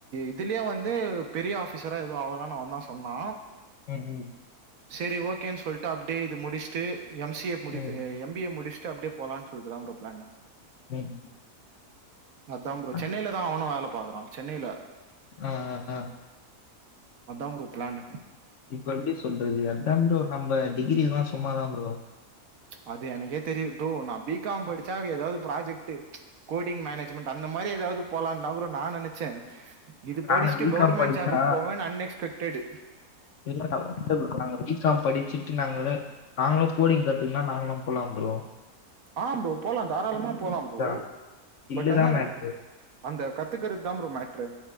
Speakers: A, on the right; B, on the left.
A: இதுலயே வந்து பெரிய ஆஃ பிசரா எதுவு ஆகலானு அவந்தா சொன்னா
B: ம் ம்
A: சரி ஓகேன்னு சொல்ட்டு அப்டே இது முடிச்சுட்டு எம் சி ஏ முடி
B: ம் ம்
A: எம் பி ஏ முடிச் அப்டே போலான்னு சொல்ட்டுதா இப்ப ப்ளானு
B: ம்
A: அதா ப்ரோ
B: அது
A: சென்னையில தா அவனு வேல பாக்குறா சென்னையில
B: ஆஆ ஆ
A: அதா ப்ரோ பிளான்னு
B: இப்ப எப்டி சொல்றது அதா ப்ரோ நம்ம டிகிரில்லா சும்மாதா ப்ரோ
A: அது எனக்கே தெரி ப்ரோ நா பி காம் படிச்சா எதாவது ப்ராஜெக்ட் கோடிங் மேனஜ்மெண்ட் அந்த மாரி எதாவது போலான்தா நானு நன்ச்சே இது
B: நாங்க
A: படிச்சுட்டு
B: பி
A: கவுர்மெண்ட்
B: காம் படிச்சா
A: ஜாபுக்கு போவனு அன் எக்ஸ்பெக்டட்
B: இ இல்ல ப்ரோ நாங்க பி காம் படிச்சுட்டு நாங்கள நாங்களு கோடிங் கத்துங்கன்னா நாங்களு போலாம் ப்ரோ
A: ஆ ப்ரோ போலா தாராளமா போலா ப்ரோ
B: அதா ஸ்கில்லுதா
A: அனா அந்த
B: மேட்ரு.
A: அந்த கத்துக்கறது தா ப்ரோ மேட்ரு